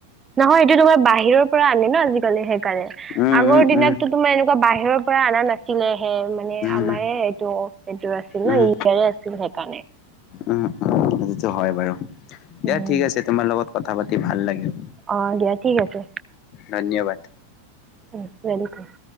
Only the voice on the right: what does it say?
নহয় এইটোতো তোমাৰ বাহিৰৰ পৰা আনে ন আজিকালি সেই কাৰণে
আগৰ
দিনততো
তোমাৰ এনেকুৱা বাহিৰৰ পৰা অনা নাছিলে সেই মানে
আমাৰে এইটো এইটোৰ আছিল
ন ইণ্ডিয়াৰে আছিল সেইকাৰণে।
উম
অ দিয়া ঠিক আছে।
উম ৱেলকাম।